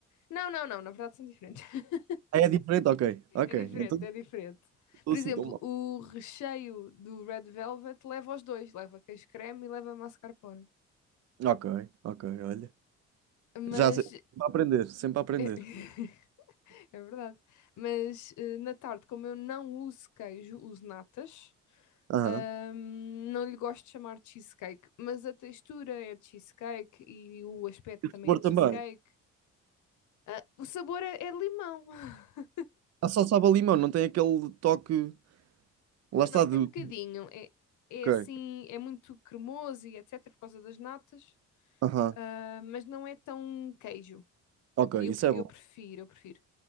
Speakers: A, on the left; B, on the right.
A: Não, não, não, na verdade são diferentes. <laughs>
B: Ah, É diferente? Ok, ok.
A: É diferente,
B: Então não
A: é diferente.
B: estou
A: Por
B: assim
A: exemplo,
B: tão mal.
A: o recheio do Red Velvet leva os dois, leva queijo creme e leva mascarpone.
B: Ok, ok, olha.
A: Mas
B: Já sei. Sempre a aprender, sempre a aprender.
A: <laughs> É verdade. Mas eh, na tarde, como eu não uso queijo, uso natas.
B: Aham.
A: Ahm, não lhe gosto de chamar cheesecake, mas a textura é de cheesecake e o aspecto também
B: Sabor
A: é de
B: também.
A: cheesecake. Ah, o sabor é, é limão. <laughs>
B: Ah, só sabe a limão, não tem aquele toque. Lá
A: Não,
B: está
A: não,
B: do.
A: tem um bocadinho. É, é
B: Ok.
A: assim, é muito cremoso e etc. por causa das natas,
B: Aham.
A: ah, mas não é tão queijo.
B: Ok,
A: E Eu,
B: isso
A: pre-
B: é bom.
A: eu prefiro, eu prefiro.